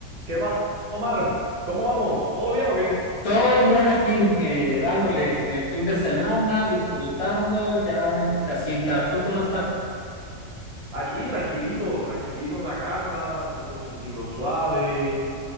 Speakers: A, on the right (about 55°); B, on the left (about 50°).
A: ¿Qué más, Omar? ¿Cómo vamos? ¿Todo bien o qué?
B: Todo bien aquí, eh, dándole el fin de semana, disfrutando ya en mi casita. ¿Tú cómo estás?
A: Aquí, tranquilito, tranquilito en la casa, un dominguito suave.